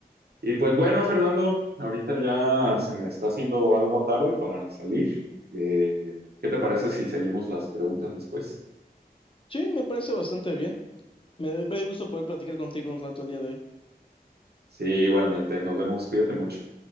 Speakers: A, on the right; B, on the left.
A: Y pues bueno, Fernando, ahorita ya se me está haciendo algo tarde para salir. Eh, ¿qué te parece si seguimos las preguntas después?
B: Sí, me parece bastante bien. Me, me dio gusto poder platicar contigo un rato el día de hoy.
A: Sí, igualmente, nos vemos, cuídate mucho.